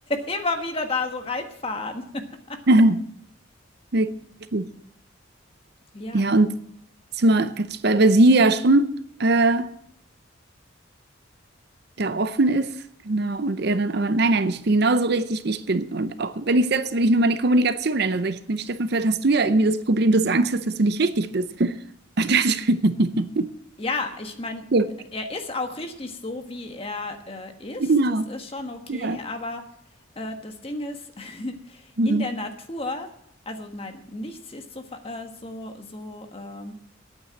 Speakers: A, on the left; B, on the right.
A: immer wieder da so reinfahren. <laughs>
B: <laughs> Wirklich.
A: Ja.
B: Ja, und sind wir ganz bei, weil sie ja schon. äh, da offen ist, genau, und er dann aber, nein, nein, ich bin genauso richtig, wie ich bin. Und auch wenn ich selbst, wenn ich nur meine Kommunikation ändere, sage ich, Stefan, vielleicht hast du ja irgendwie das Problem, dass du Angst hast, dass du nicht richtig bist. Und das, <laughs>
A: Ja, ich meine,
B: so.
A: er ist auch richtig so, wie er, äh, ist.
B: Genau,
A: Das ist schon okay,
B: ja.
A: aber, äh, das Ding ist, <laughs>
B: Mhm.
A: in der Natur also nein, nichts ist so ver äh, so so, ähm,